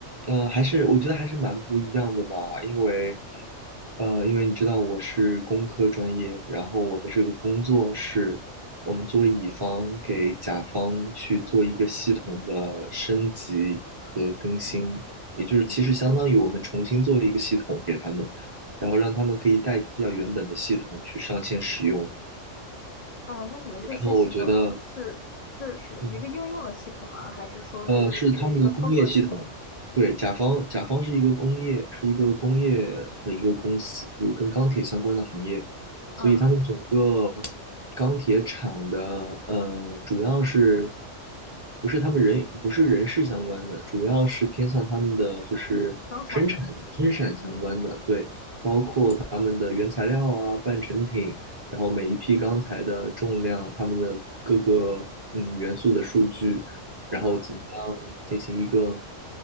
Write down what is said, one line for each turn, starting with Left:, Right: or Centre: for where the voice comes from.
Right: 呃，还是我觉得还是蛮不一样的吧，因为，呃，因为你知道我是工科专业，然后我的这个工作是我们作为乙方给甲方去做一个系统的升级和更新，
Left: 嗯
Right: 也就是其实相当于我们重新做了一个系统给他们，
Left: 嗯，
Right: 然后让他们可以代替掉原本的系统去上线使用，
Left: 啊，那你们这些系统是是是一个应用的系统啊，
Right: 然后我觉得。嗯。
Left: 还是说就是直接一个操作系统？
Right: 呃，是他们的工业系统。对，甲方，甲方是一个工业，是一个工业的一个公司，跟钢铁相关的行业，
Left: 嗯，
Right: 所以他们整个钢铁厂的，呃，主要是不是他们人不是人事相关的，主要是偏向他们的就是生产生产相关的，
Left: 生产，
Right: 对，他们的原材料啊、半成品，然后每一批钢材的重量、他们的各个嗯元素的数据，然后怎么样进行一个
Left: 嗯。